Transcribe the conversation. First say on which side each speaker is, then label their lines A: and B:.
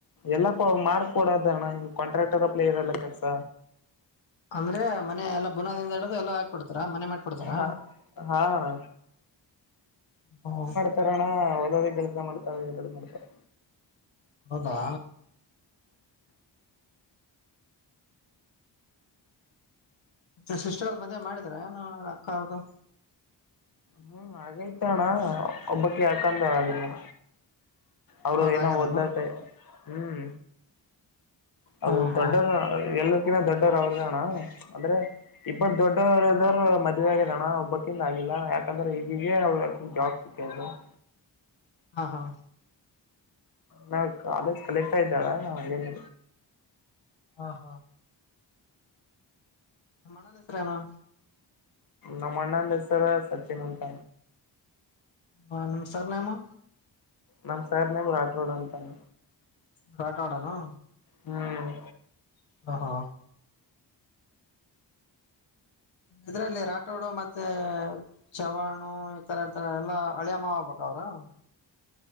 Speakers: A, on the left; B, on the left.
A: ಎಲ್ಲಾ ಮಾಡ್ಕ್ ಕೊಡೋದಣ ಕಾಂಟ್ರಾಕ್ಟರ್ ಅಪ್ಲೈ ಇರಲ್ಲ ಕೆಲ್ಸ
B: ಅಂದ್ರೆ ಮನ ಎಲ್ಲಾ ಬುನಾದಿಂದ <unintelligible> ಎಲ್ಲ ಹಾಕ್ಬಿಡ್ತಾರ ಮನೆ ಮಾಡ್ಕೊಡ್ತಾರ
A: ಹಾ ಹಾ ಅಣ್ಣ
B: <unintelligible>
A: <unintelligible> ಕೆಲಸ ಮಾಡ್ತಾರೆ ಎರಡು ಮಾಡ್ತಾರೆ
B: ಹೌದಾ ಮತ್ತೆ ಸಿಸ್ಟರ್ದ ಮದ್ವೆ ಮಾಡಿದ್ರ ಏನು ಅಕ್ಕ ಅವ್ರದು
A: ಹ್ಮ್ ಹಾಗೈತೆ ಅಣ್ಣ ಒಬ್ಬಕಿ ಅಕ್ಕಂದು ಆಗಿಲ್ಲಣ ಅವರು
B: ಒಬ್ಬರ್ದ
A: ಏನೋ
B: ಆಗ್ಯದೇನು
A: ಓದ್ಲತೆ ಹ್ಮ
B: ಹಾ
A: ಅದು
B: ಹಾ
A: ದೊಡ್ಡರ್ ಎಲ್ಲರ್ಕ್ಕಿನ ದೊಡ್ಡವರ ಅವ್ರ್ದೆ ಅಣಾ ಅಂದ್ರೆ <unintelligible> ಮದುವೆ ಆಗೆದಣ್ಣ ಒಬ್ಬಕಿದ್ ಆಗಿಲ್ಲಾ ಯಾಕಂದ್ರೆ ಈಗೀಗೆ <unintelligible> <unintelligible>
B: ಹಾ ಹಾ
A: ನಾ ಕಾಲೇಜ್ ಕಲಿತಾ ಇದ್ದಾಳ ನಾ್ ಅಂಗೇನ.
B: ಹಾ ಹಾ. ಮಣನ್ ಹೆಸ್ರಾನ.
A: ನಮ್ಮ ಅಣ್ಣಂದ ಹೆಸರ ಸಚಿನ್ ಅಂತ.
B: ಹಾ ನಮ್ಸ್ಾರ್ ನಾಮ.
A: ನಮ್ ಸಾರ್ ನ ರಾಟ್ ರೋಡ್ ಅಂತಾನ.
B: ಕಾಟವಾಡನು.
A: ಹ್ಮ್.
B: ಹ ಹಾ. ಇದ್ರಲ್ಲಿ ರಾಟೋಡು ಮತ್ತೆ ಚವಾಣು. ಇರ್ತ ಇರ್ತಾನ ಎಲ್ಲ ಅಳಿಯಮ್ಮ ಆಗ್್ಬೇಕ ಅವ್ರರು.